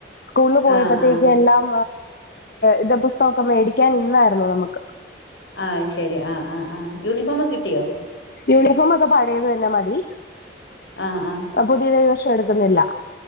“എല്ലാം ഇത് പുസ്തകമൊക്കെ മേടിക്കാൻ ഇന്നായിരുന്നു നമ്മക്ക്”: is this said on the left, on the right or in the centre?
Left